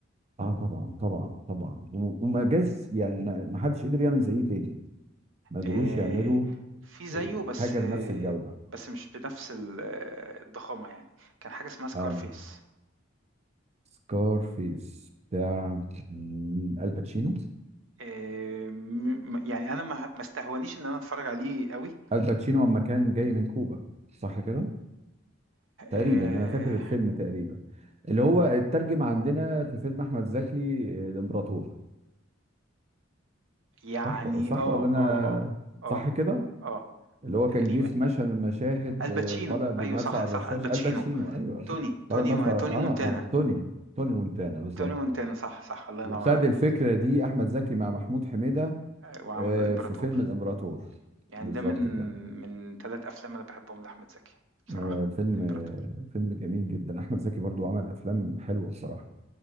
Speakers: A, on the right; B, on the right.
A: اه طبعا طبعا طبعا و- وما جاش يعني ما ما حدش قدر يعمل زيه تاني ما قدروش
B: آآ
A: يعملوا
B: في زيّه
A: إيه،
B: بس
A: حاجه
B: آه،
A: بنفس الجوده
B: بس مش بنفس ال آه، الضخامة يعني، كان حاجة اسمها Scarface
A: اه سكار فيس بتاع مين الباتشينو
B: آآ م م يعني أنا ما ه ما استهونيش إن أنا أتفرّج عليه أوي
A: الباتشينو لما كان جاي من كوبا صح كده تقريبا
B: آآ
A: انا فاكر الفيلم تقريبا اللي هو اترجم عندنا في فيلم احمد زكي آه، الامبراطور
B: يعني
A: صح صح
B: آه،
A: ولا انا
B: آه، آه، آه،
A: صح كده
B: آه،
A: اللي هو
B: تقريبًا
A: كان جه في مشهد من المشاهد
B: الباتشينو
A: آه، طالع بالمدفع
B: أيوه صح،
A: الرشاش
B: صح الباتشينو،
A: الباتشينو ايوه
B: توني،
A: طالع
B: توني
A: بالمدفع
B: م
A: اه
B: توني مونتانا،
A: اه توني توني مونتانا بالظبط
B: توني مونتانا صح، صح الله
A: وخد
B: ينوّر عليك
A: الفكره دي احمد زكي مع محمود حميده
B: آآ وعمل
A: آه،
B: الإمبراطور،
A: في فيلم الامبراطور
B: يعني
A: بالظبط
B: ده من
A: كده
B: من 3 أفلام أنا باحبهم لأحمد زكي بصراحة،
A: آه، فيلم
B: الإمبراطور.
A: آه، فيلم جميل جدا احمد زكي برضو عمل افلام حلوه بصراحه